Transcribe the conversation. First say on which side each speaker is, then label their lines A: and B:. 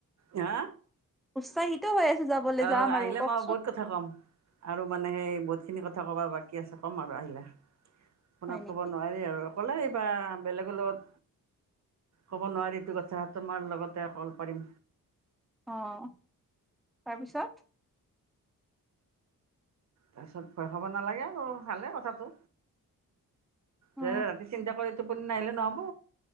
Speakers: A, on the right; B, in the centre.
A: হা?
B: উৎসাহিত হৈ আছো যাবলৈ
A: অ'
B: যাম
A: আহিলে
B: আৰু কওকচোন
A: মই বহুত কথা কম আৰু মানে সেই বহুত জখিনি কথা ক'বা বাকী আছে ক'ম আৰু আহিলে। আপোনাক
B: হয়
A: কব
B: নেকি
A: নোৱাৰি আৰু। ক'লে এইবা বেলেগৰ লগত ক'ব নোৱাৰি এইটো কথা তোমাৰ লগতে অকল পাৰিম।
B: অ', তাৰপিছত?
A: তাৰপিছত ভয় খাব নালাগে আৰু ভালে কথাটো,
B: অ
A: যে ৰাতি চিন্তা কৰি টোপনি নাহিলে নহ'ব।